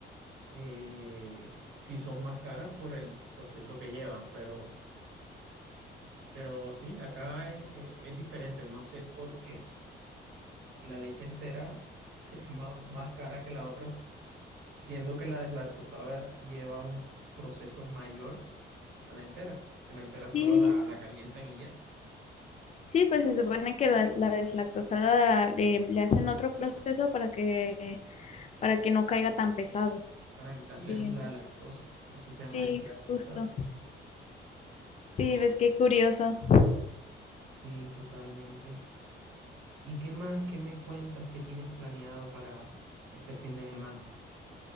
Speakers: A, on the right; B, on the left.
A: eh, sí son más caras por el proceso que llevan, pero, pero sí, acá es, es- es diferente, no sé por qué. La leche entera <laughs> es ma- más, cara que la otra, s- siendo que la deslactosada lleva un proceso mayor a la entera. que La entera solo
B: Sí,
A: la, la calientan y ya,
B: sí, pues se supone que la, la deslactosada le, le hacen otro proceso para que, para que no caiga tan pesado.
A: para quitarle
B: Bien.
A: la lactosa. Por eso se
B: Sí,
A: llama deslactosada.
B: justo. Sí, ves qué curioso.
A: Sí, totalmente. ¿Y qué más? ¿Qué me cuentas? ¿Qué tienes planeado para este fin de semana?